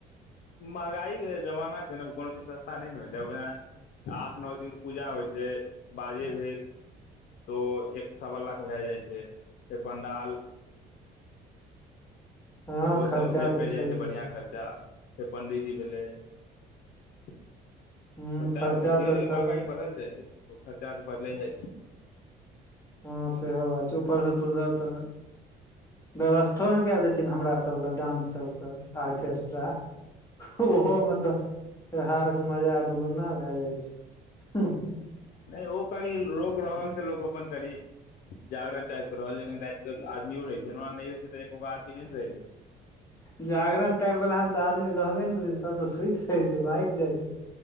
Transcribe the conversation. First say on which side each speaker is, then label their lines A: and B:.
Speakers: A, on the left (about 65°); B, on the left (about 15°).
A: महगाइ क जबना छै ने कोनो चीज सस्ता नै ने होय वएह आठ नो दिन के पूजा होइ छै बाजे भेल तो एक सब लाख भए जाइ छै फेर पं्डाल
B: हँ
A: ओहिसभ
B: खर्चा
A: मे फेर
B: तऽ
A: पड़ि
B: छैहे
A: जाइ छै बढ़िआँ खर्चा फेर पण्डीजी भेलै खर्चा
B: हूँ खर्चा
A: तऽ धीरे धीरे
B: सब
A: मगाइ भराल जाइ छै ओ कर खर्चा तऽ बढ़ले जाइ छै
B: हँ सेहो बात छै ऊपरसँ तूधर त व्यवस्थो ने कए देय छै हमरा सब लए डानंस सब के आरके ऑर्केस्ट्रा ओहोमे तऽ त्योहारके मजा दुगुना भए जाइ छै
A: नै ओ कनि रोक रहल त लोक अपन कनि जागरण टाइप के रहल लेकिन रैत क आदमियो रहै छै नै रहे छै त एको आदी नैने रहै छै
B: जागरण टाइप वला तऽ आदमी रहबे नै करै छै सब तऽ सुइत रहै छै भाइग जाइ छै